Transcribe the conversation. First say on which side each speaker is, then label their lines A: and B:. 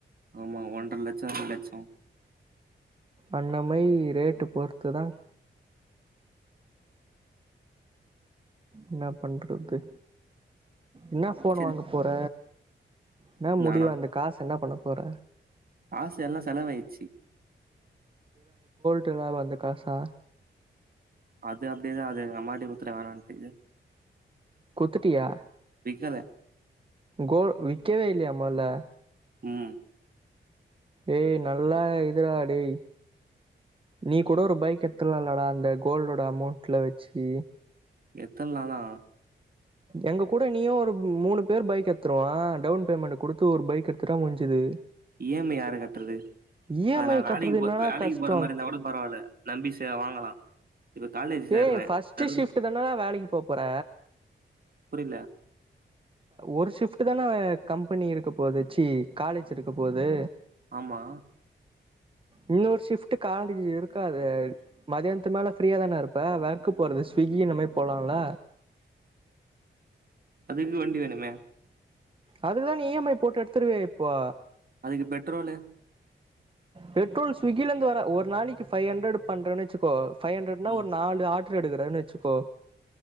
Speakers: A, on the right; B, on the right.
A: ஆமா ஒன்றர லட்சம் ரெண்டு லட்சம்
B: அன்னமை ரேட்டு பொறுத்துதான் என்னா பண்றது என்னா போன்
A: சரி
B: வாங்க போற என்ன முடியவு
A: நானா
B: அந்த காசு என்ன பண்ணு க்குற
A: காசு எல்லாம்செலவாச்சி
B: ட்டலாம் வந்த காசா
A: அது அப்படியேதான் அது எங்கமாட்டி குத்துட வேணான்டு
B: குத்துடியா
A: <inaudible>
B: கோல் விக்கவேல்லையா மொதல்ல
A: ஹூம்
B: ஏய் நல்லா இதுராட டேய் நீ கூட ஒரு பைக் எத்துலா இல்லாடா அந்த கோல்டோட அமௌண்ட்ல வச்சி
A: எத்தன் நாலா
B: எங்க கூட நீயும் ஒரு மூணு பேர் பைக் எடுத்துருவான் டவுன் பேமெண்ட் கொடுத்து ஒரு பைக் எடுத்துட்டா முடிஞ்சுது
A: இஎம்ஐ யாரு கட்டுறது
B: இ எம்
A: அது நான்
B: ஐ
A: வேலைக்கு
B: கட்டுறது என்னடா
A: போ வேலைக்கு
B: கஷ்டோ
A: போற மாதிரி இருந்தா கூட பரவாயில்ல நம்பி ச வாங்கலாம் இப்ப காலேஜ் சேர்றேன்
B: ஏய் ஃபர்ஸ்ட்
A: கட்ற
B: ஷிஃப்ட் தானடா வேலைக்கு போ போற
A: புரில
B: ஒரு ஷிப்ட் தானே கம்பெனி இருக்க போகுது ச்சி காலேஜ் இருக்க போகுது
A: ஆமா
B: இன்நொறு ஷிஃப்ட் காலேஜ் இருக்காது மதியானத்து மேல ஃப்ரீயா தானே இருப்ப வெர்கு போறது ஸ்விகி இனமே போலால்ல
A: அதுக்கு வண்டி வேணுமே
B: அதுதான் நீ இஎம்ஐ போட்டு எடுத்துருவே இப்போ
A: அதுக்கு பெட்ரோலு
B: பெட்ரோல் ஸ்விக்கில இருந்து வரேன் ஒரு நாளைக்கு ஃவவ் ஹண்ட்ரட் பண்றேன்னு வச்சுக்கோ பைவ் அண்ட்ரட் நா
A: ம்,
B: ஒரு நாலு ஆ எடுக்கறனு வச்சுக்கோ